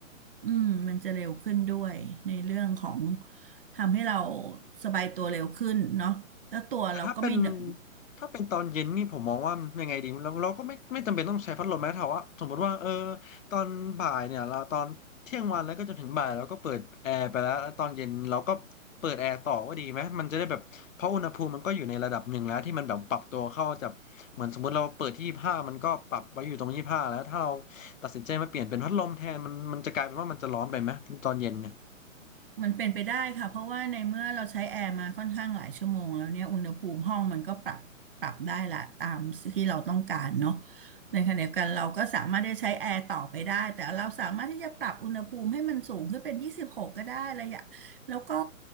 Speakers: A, on the right; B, on the left.
A: อืมมันจะเร็วขึ้นด้วยในเรื่องของทำให้เราสบายตัวเร็วขึ้นเนาะแล้วตัวเราก็ไม่เหนอะ
B: แต่ถ้าเป็นถ้าเป็นตอนเย็นนี่ผมมองว่ายังไงดีเราเราก็ไม่ไม่จำเป็นต้องใช้พัดลมแม้แต่ว่าสมมติว่าเออตอนบ่ายเนี่ยเราตอนเที่ยงวันแล้วก็จนถึงบ่ายเราก็เปิดแอร์ไปแล้วแล้วตอนเย็นเราก็เปิดแอร์ต่อว่าดีไหมมันจะได้แบบเพราะอุณหภูมิมันก็อยู่ในระดับหนึ่งแล้วที่มันแบบปรับตัวเข้าจากเหมือนสมมติเราเปิดที่ยี่สิบห้ามันก็ปรับไว้อยู่ตรงยี่สิบห้าแล้วถ้าเราตัดสินใจมาเปลี่ยนเป็นพัดลมแทนมันมันจะกลายเป็นว่ามันจะร้อนไปไหมตอนเย็นเนี่ย
A: มันเป็นไปได้ค่ะเพราะว่าในเมื่อเราใช้แอร์มาค่อนข้างหลายชั่วโมงแล้วเนี่ยอุณหภูมิห้องมันก็ปรับปรับได้ละตามที่เราต้องการเนาะในขณะเดียวกันเราก็สามารถได้ใช้แอร์ต่อไปได้แต่เราสามารถที่จะปรับอุณหภูมิให้มันสูงขึ้นเป็น26กก็ได้ระยะแล้วก็